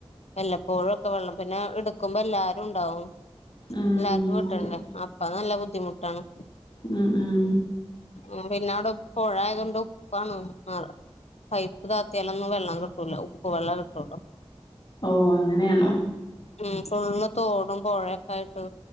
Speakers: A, on the left; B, on the left.
A: വല്ലപ്പോഴുംക്കെ വെള്ളം പിന്നെ എടുക്കുമ്പോ എല്ലാരും ഉണ്ടാവും
B: ആഹ്
A: എല്ലാർക്കും കിട്ടണ്ടേ
B: ശരി
A: അപ്പ നല്ല ബുദ്ധിമുട്ടാണ്
B: ഉം ഉം
A: ആ പിന്നെ അവിടെ പുഴ ആയത് കൊണ്ട് ഉപ്പാണ് മാറ പൈപ്പ് താത്തി ആലൊന്നും വെള്ളം കിട്ടൂല ഉപ്പ് വെള്ളം കിട്ടുള്ളൂ
B: ഓ അങ്ങനെയാണോ
A: ഉം ഫുള്ള് തോടും പുഴയൊക്കെ ആയിട്ട്